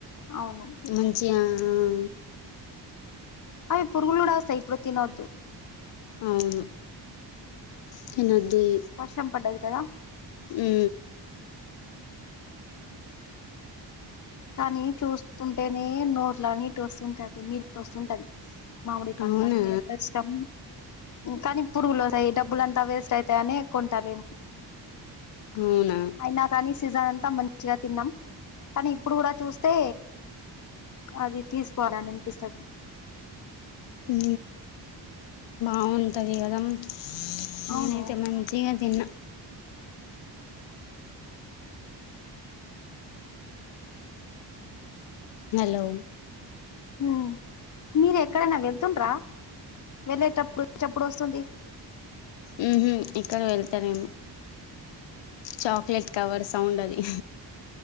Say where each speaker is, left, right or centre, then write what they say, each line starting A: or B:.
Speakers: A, on the left (about 45°); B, on the left (about 85°).
A: అవును
B: మంచిగా ఆ
A: అయి పురుగులుగుడస్తాయ్ ఇప్పుడు తినొద్దు
B: అవును తినొద్ దీ
A: వర్షం పడ్డది కదా
B: ఊ
A: కానీ చూస్తుంటేనే నోర్లా నీటొస్తుంటది నీళ నీల్ వస్తుంటది మామిడి పండ్లంటే
B: అవునా
A: ఎంత ఇష్టం కానీ పురుగులు వస్తాయి డబ్బులంతా వేస్ట్ ఐతయి అనే కొంటలేను
B: అవునా
A: అయినా కానీ సీజన్ అంతా మంచిగా తిన్నాం కానీ ఇప్పుడు కూడా చూస్తే అది తీసుకోవాలని అని అనిపిస్తది
B: ఊ బాగుంటది కదా అమ్ నేనైతే
A: అవును
B: మంచిగా తిన్నా హలో
A: ఆ మీరు ఎక్కడైనా వెళ్తుండ్రా వెళ్ళేటప్పుడు చప్పుడు వస్తుంది
B: ఊహు ఇ ఇక్కడ వెళ్తాలేము చాక్లెట్ కవర్ సౌండ్ అది